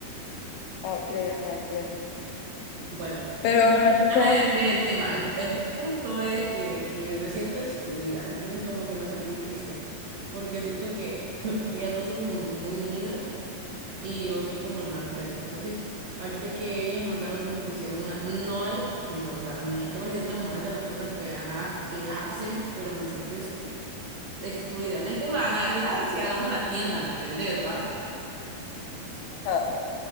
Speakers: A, on the left (about 80°); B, on the right (about 55°).
A: Ok, ajá, entiendo.
B: Bueno,
A: Pero,
B: bueno,
A: ajá,
B: ya me,
A: entonces
B: ya me
A: así
B: desvié
A: fue
B: del
A: que
B: tema. El, el punto es que, que me siento excluida, entonces como que me sentí triste porque siento que, <laughs> que ellas dos son como muy unidas y yo soy como el mal tercio. Entonces, ahorita que ellas mandaron como que hicieron una, no es como, o sea, no es que me sientan mal de las cosas que, haga- que hacen, pero me siento exclu- excluida. No es que me van a decir, ay, sí, hagamos la tienda, ¿me entendés, va?
A: nada.